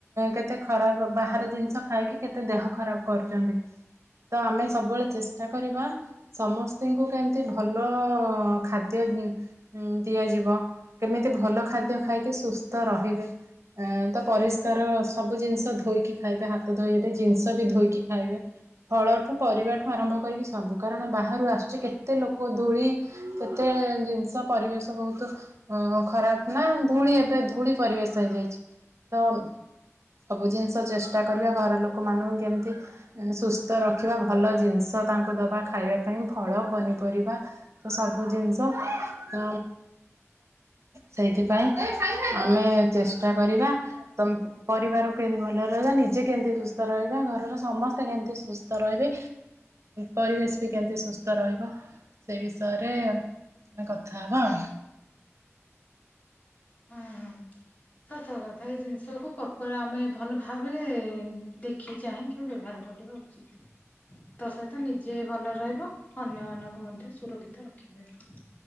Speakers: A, on the right; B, on the left.
A: କେତେ ଖରାପ ବାହହାର ଜିନିଷ ଖାଇକି କେତେ ଦେହ ଖରାପ କରୁଛନ୍ତି। ତ ଆମେ ସବୁବେଳେ ଚେଷ୍ଟା କରିବା ସମସ୍ତଙ୍କୁ କେମିତି ଭଲ ଖାଦ୍ୟ ଦିଆଯିବ କେମିତି ଭଲ ଖାଦ୍ୟ ଖାଇକି ସୁସ୍ଥ ରହିବେ ତ ପରିଷ୍କାର ସବୁ ଜିନିଷ ଧୋଇକି ଖାଇବେ ହାତ ଧୋଇବେ ଜିନିଷ ବି ଧୋଇକି ଖାଇବେ। ଫଳଠୁ ପରିବାଠୁ ଆରମ୍ଭ କରିକି ସବୁ କାରଣ ବାହାରୁ ଆସୁଛି କେତେ ଲୋକ ଧୂଳି କେତେ ଜିନିଷ ପରିବେଶ ବହୁତ ଖରାପ ନା ଧୂଳି ଏବେ ଧୂଳି ପରିବେଶ ହେଇଯାଇଛି। ତ ସବୁ ଜିନିଷ ଚେଷ୍ଟା କରିବା ଘର ଲୋକମାନଙ୍କୁ କେମିତି ସୁସ୍ଥ ତ ରଖିବା ଭଲ ଜିନିଷ ତାଙ୍କୁ ଦେବା ଖାଇବା ପାଇଁ ଫଳ ପନିପରିବା ତ ସବୁ ଜିନିଷ ତ ସେଇଥିପାଇଁ ଆମେ ଚେଷ୍ଟା କରିବା ତ ପରିବାରକୁ କେମିତି ଭଲ ରହିବା ନିଜେ କେମିତି ସୁସ୍ଥ ରହିବା ଘରର ସମସ୍ତେ କେମିତି ସୁସ୍ଥ ରହିବେ ପରିବେଶ ବି କେମିତି ସୁସ୍ଥ ରହିବ ସେ ବିଷୟରେ ଆମେ କଥା ହବା ଆଉ
B: ହୁଁ ସତ କଥା ଏଇ ଜିନିଷକୁ ପ୍ରପର ଆମେ ଭଲ ଭାବରେ ଦେଖି ଚାହିଁକି ବ୍ୟବହାର କରିବା ଉଚିତ। ତ ସହିତ ନିଜେ ଭଲରେ ରହିବ ଅନ୍ୟମାନଙ୍କୁ ମଧ୍ୟ ସୁରକ୍ଷିତ ରଖାରିବ।